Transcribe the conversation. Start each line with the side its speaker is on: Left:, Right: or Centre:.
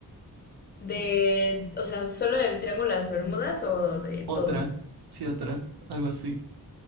Left: De, o sea, solo del Triángulo de las Bermudas o de
Right: Otra,
Left: todo.
Right: sí, otra, algo así.